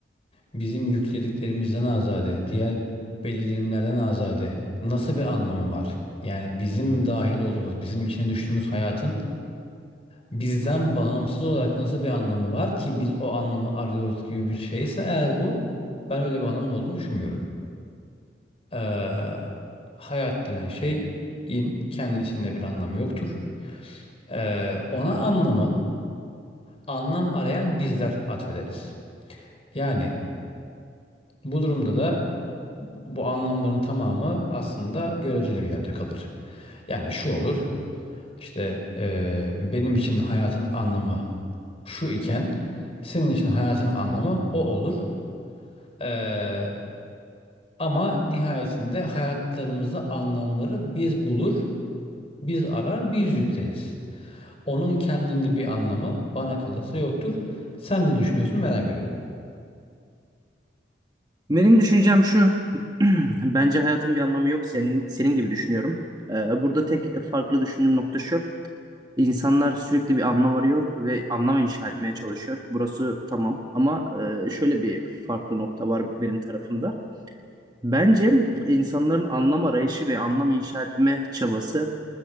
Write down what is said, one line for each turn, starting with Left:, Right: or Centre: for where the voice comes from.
Left: bizim yüklediklerimizden azade, diğer belirlenimlerden azade nasıl bir anlamı var? Yani bizim dahil olduğumuz, bizim içine düştüğümüz hayatın bizden bağımsız olarak nasıl bir anlamı var ki biz o anlamı arıyoruz gibi bir şeyse eğer bu ben öyle bir anlamın olduğunu düşünmüyorum. Eee, hayat denen şeyin kendisinde bir anlam yoktur Ee, ona anlamı anlam arayan bizler atfederiz. Yani bu durumda da bu anlamların tamamı aslında göreceli bir yerde kalır. Yani şu olur işte ee, benim için hayatın anlamı şu iken senin için hayatın anlamı o olur. Ee, ama nihayetinde hayatlarımızda anlamları biz bulur, biz arar, biz yükleriz. Onun kendinde bir anlamı bana kalırsa yoktur. Sen ne düşünüyorsun merak ediyorum.
Right: Benim düşüncem şu. <clears throat> Bence hayatın bir anlamı yok. Senin senin gibi düşünüyorum. E, burada tek farklı düşündüğüm nokta şu. İnsanlar sürekli bir anlam arıyor ve anlam inşa etmeye çalışıyor. Burası tamam ama eee, şöyle bir farklı nokta var benim tarafımda. Bence insanların anlam arayışı ve anlam inşa etme çabası,